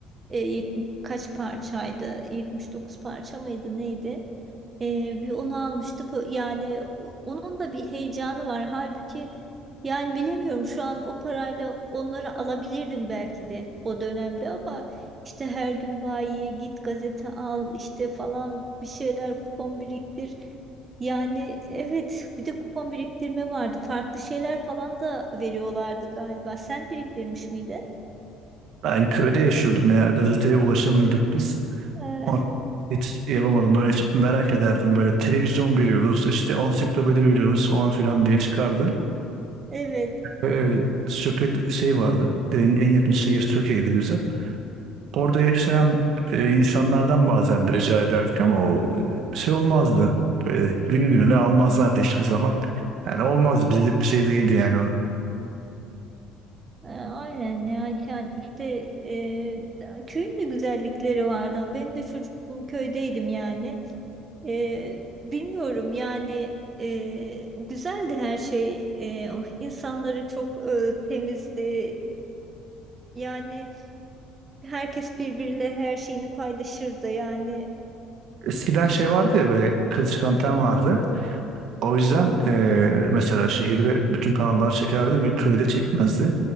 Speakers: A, on the right; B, on the right.
A: E, yet- kaç parçaydı? 79 parça mıydı neydi? Ee, bir onu almıştı. Bu, yani o- onun da bir heyecanı var. Halbuki yani bilemiyorum şu an o parayla onları alabilirdim belki de o dönemde ama işte her gün bayiye git gazete al işte falan bir şeyler kupon biriktir. Yani evet bir de kupon biriktirme vardı. Farklı şeyler falan da veriyorlardı galiba. Sen biriktirmiş miydin?
B: Ben köyde yaşıyordum ya. Gazeteye ulaşamıyorduk biz.
A: Ee,
B: Ama Hiç yapamadım. Böyle hiç merak ederdim. Böyle televizyon veriyoruz. işte ansiklopedi veriyoruz falan filan diye çıkardı.
A: <laughs> evet.
B: Ee, Söke şey vardı. En, en yakın şehir Söke'ydi bize. orada yaşayan e, insanlardan bazen rica ederdik ama o e, şey olmazdı. Böyle günü gününe almazlardı hiçbir zaman. Yani olmazdı. Bizlik bir şey değildi yani o.
A: E, Aynen ya yani işte e, köyün de güzellikleri vardı ama ben de çocukluğum köydeydim yani. E, bilmiyorum yani e, güzeldi her şey. E, o insanları çok e, temizdi. Yani herkes birbiriyle her şeyini paylaşırdı yani.
B: Eskiden şey vardı ya böyle kılçık anten vardı. O yüzden eee, mesela şehirde bütün kanallar çekerdi bir köyde çekmezdi.